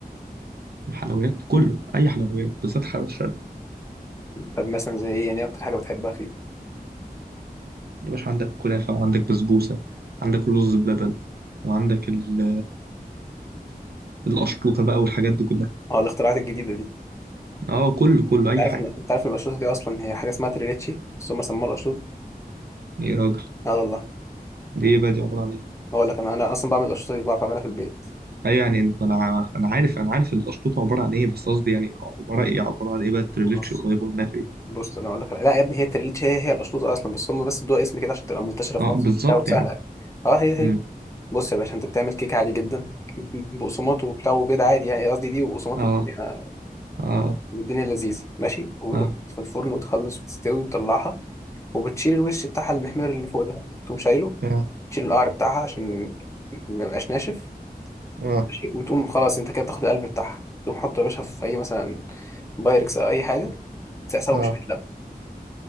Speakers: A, on the right; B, on the left.
A: الحلويات كله اي حلويات بالذات حلويات الشرق
B: طب مثلا زي ايه يعني إيه اكتر حاجه بتحبها فيه
A: يا باشا عندك كنافة وعندك بسبوسة عندك رز بلبن وعندك ال- القشطوطة بقى والحاجات دي كلها
B: اه الاختراعات الجديده دي انت
A: اه كله كله اي
B: عارف
A: حاجة
B: ان انت عارف ان الاشطوطه دي اصلا هي حاجه اسمها تريليتشي بس هم سموها الاشطوطه
A: ايه يا راجل
B: اه والله
A: دي إيه بقى دي عبارة عن إيه؟
B: اقول لك انا انا اصلا بعمل الاشطوطه دي بعرف اعملها في البيت
A: اي يعني انت انا انا عارف انا عارف الاشرطه عباره عن ايه بس قصدي يعني عباره ايه عباره عن ايه بقى التريليتش
B: بص
A: قريبه منها في ايه
B: بص انا اقول لك لا يا ابني هي التريليتشي هي هي الاشطوطه اصلا بس هم بس ادوها اسم كده عشان تبقى منتشره في
A: اه
B: مصر
A: بالظبط
B: وبتاع وسهله
A: يعني
B: يعني. اه هي
A: مم.
B: هي بص يا باشا انت بتعمل كيكه عادي جدا بقسماط وبتاع وبيض عادي يعني قصدي دي وبقسماط
A: اه
B: والدنيا
A: اه
B: والدنيا لذيذة ماشي وتروح
A: اه
B: في الفرن وتخلص وتستوي وتطلعها وبتشيل الوش بتاعها المحمر اللي فوق ده تقوم شايله
A: اه
B: تشيل القعر بتاعها عشان ما يبقاش ناشف
A: اه
B: ماشي وتقوم خلاص انت كده تاخد القلب بتاعها تقوم حطه يا باشا في اي مثلا بايركس او اي حاجة تسقسه
A: اه
B: بشوية لبن